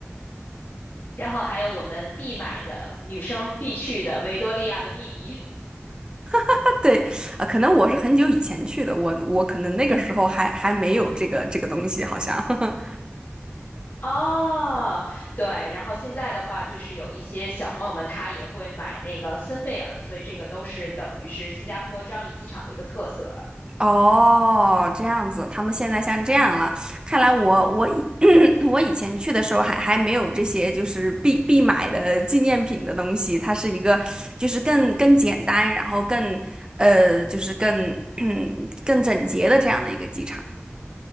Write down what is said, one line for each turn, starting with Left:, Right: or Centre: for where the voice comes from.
Left: 然后还有我们必买的女生必去的《维多利亚的秘密》
Right: <laughs> 对，啊，可能我是很久以前去的，我我可能那个时候还还没有这个这个东西，好像。<laughs>
Left: <laughs> 哦，对。然后现在的话，就是有一些小朋友们他也会买那个森贝尔，所以这个都是等于是新加坡樟宜机场的一个特色。
Right: 哦，这样子，他们现在像这样了。看来我我以 <coughs> <clears throat> 我以前去的时候还还没有这些就是必必买的纪念品的东西，它是一个就是更更简单，然后更呃就是更 <coughs> <clears throat> 更整洁的这样的一个机场。